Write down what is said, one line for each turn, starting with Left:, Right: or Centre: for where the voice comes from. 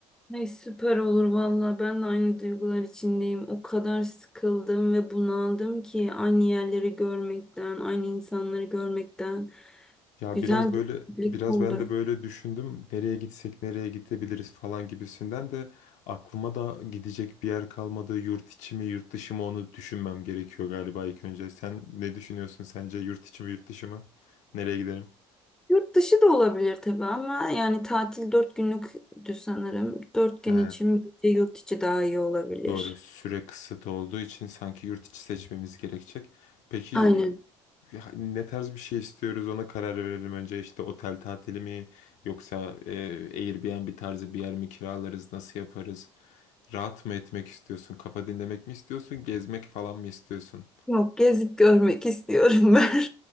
Centre: Ay süper olur valla ben de aynı duygular içindeyim. O kadar sıkıldım ve bunaldım ki aynı yerleri görmekten, aynı insanları görmekten.
Left: Ya
Centre: Güzel
Left: biraz böyle,
Centre: bir birlik
Left: biraz
Centre: olur.
Left: ben de böyle düşündüm. Nereye gitsek, nereye gidebiliriz falan gibisinden de aklıma da gidecek bir yer kalmadı. Yurt içi mi, yurt dışı mı onu düşünmem gerekiyor galiba ilk önce. Sen ne düşünüyorsun sence yurt içi mi, yurt dışı mı? Nereye gidelim?
Centre: Yurt dışı da olabilir tabii ama yani tatil dört günlüktü sanırım. Dört gün
Left: He.
Centre: için bence yurt içi daha iyi olabilir.
Left: Doğru. Süre kısıt olduğu için sanki yurt içi seçmemiz gerekecek. Peki
Centre: Aynen.
Left: ya ne tarz bir şey istiyoruz ona karar verelim önce. İşte otel tatili mi yoksa e, Airbnb tarzı bir yer mi kiralarız, nasıl yaparız? Rahat mı etmek istiyorsun, kafa dinlemek mi istiyorsun, gezmek falan mı istiyorsun?
Centre: Yok gezip görmek istiyorum ben. <laughs>